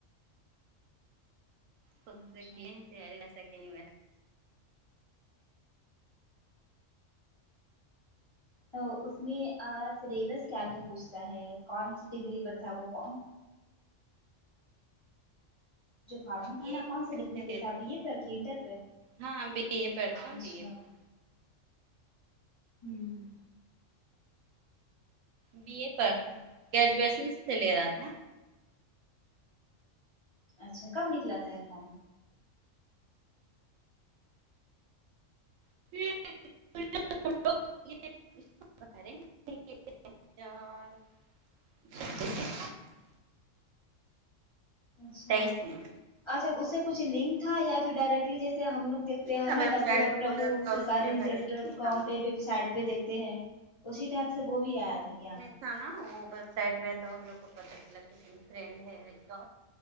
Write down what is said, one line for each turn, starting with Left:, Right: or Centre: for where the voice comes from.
Right: سوچتے
Left: اچھا
Right: کہ <unintelligible> تیاری ایسا کہیں
Left: تو اس میں ا سلیبس کیا کیا پوچھتا ہے کون سی ڈگری پر تھا وہ فارم جو فارم تھا
Right: یہ
Left: نا کون سا ڈگری پہ تھا بی اے پہ کہ انٹر پہ
Right: ہاں بی اے پر تھا
Left: اچھا
Right: بی اے پر
Left: ہوں
Right: بی اے پر تھا گریجویشن سے لے رہا تھا
Left: اچھا کب نکلاتا ہے فارم
Right: <inaudible> <inaudible>
Left: اچھا
Right: تیئیس میں
Left: اچھا اس سے کچھ لنک تھا یا پھر ڈائریکٹلی جیسے ہم لوگ دیکھتے
Right: لکھا
Left: ہیں نا
Right: web
Left: W
Right: site
Left: W
Right: کھلا
Left: W
Right: تھا
Left: سرکاری
Right: اسی میں
Left: ریزلٹ
Right: بھرے
Left: ڈاٹ
Right: تھے
Left: کام
Right: ہاں
Left: پہ ویب سائٹ پہ دیکھتے ہیں اسی ٹائپ سے وہ بھی آیا تھا کیا
Right: ہے نا وہ ویب سائٹ میں تو ہم لوگ کو پتا چلا کہ فرینڈ ہے ایسا